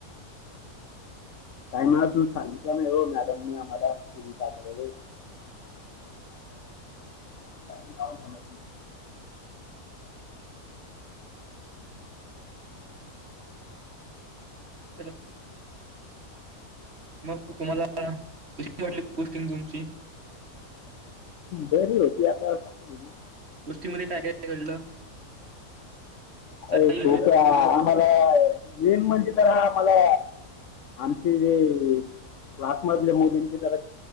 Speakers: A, on the left (about 65°); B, on the right (about 50°).
A: काही ना तू सांगितलं नाही हो मॅडमने आम्हाला. <unintelligible> <unintelligible>
B: हॅलो मग तुम्हाला कशी वाटली पोस्टिंग तुमची
A: बरी होती आता काय म्हणू.
B: गोष्टीमध्ये काय काय घडलं काही
A: अ खूप आम्हाला मेन म्हणजे तर आमला आमचे जे क्लास मधले मुलींचे जरा